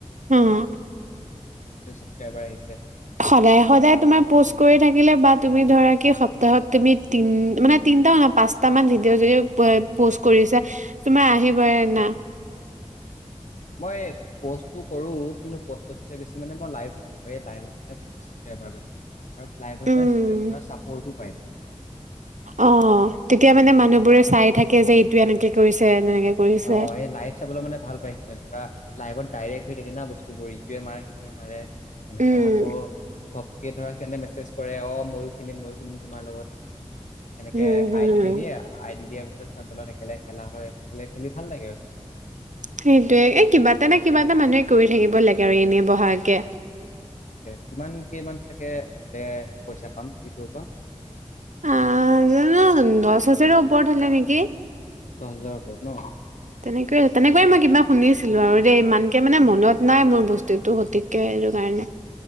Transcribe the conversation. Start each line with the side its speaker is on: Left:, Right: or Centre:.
Right: অ',
Left: ছাবস্ক্ৰাইবাৰ আহিছে
Right: সদায়, সদায় তোমাৰ প'ষ্ট কৰি থাক থাকিলে বা তুমি ধৰা সপ্তাহত তুমি তিনি মানে তিনিটা নহয় পাঁচটা মান ভিডিঅ যদি প'ষ্ট কৰিছা তোমাৰ আহিবই না।
Left: মই প'ষ্টটো কৰোঁ কিন্তু প'ষ্টতছে বেছি মানে মই লাইভ কৰোঁ এই লাইভত মানে বহুত চাবস্ক্ৰাইবাৰ বাহে আৰু লাইভত
Right: উম
Left: মানে ধৰা চাপৰ্টো পায়।
Right: অ', তেতিয়া মানে মানুহবোৰে চাই থাকে যে এইটো এনেকে কৰিছে। এনেকে কৰিছে
Left: অ', এই লাইভ চাবলে মানে ভাল পাই ধৰা লাইভত ডাইৰেক্ট হৈ থাকে ন' বস্তুবোৰ ইটোৱে মাৰে সিটোৱে মাৰে। এনেকে
Right: উম
Left: আকৌ ঘপকে ধৰা মেছেজ কৰে অ ময়ো খেলিম ময়ো খেলিম তোমাৰ লগত। এনেকে
Right: হম হম
Left: আই ডি দি দিয়ে, আই ডি দিয়া পিছত পিত তলত একেলগ খেলা হয় খেলে খেলি ভাল লাগে আৰুন্ত অলপ
Right: সেইটয়ে এ কিবা এটা নে কিবা এটা মানুহে কৰি থাকিব লাগে আৰু এনেই বহাকে
Left: কিমান কেইমান চাগে হ'লে পইচা পাম ইউটিউবৰ পৰা
Right: আ জান দশ হাজাৰ ওপৰত হলে নেকি
Left: দহ হাজাৰৰ ওপৰত ন অ
Right: তেনেকৈয়ে তেনেকৈয়ে মই কিবা শুনিছিলো আৰু দেই ইমানকে মানে মনত নাই মোৰ বস্তু টো শতিকে এইটো কাৰণে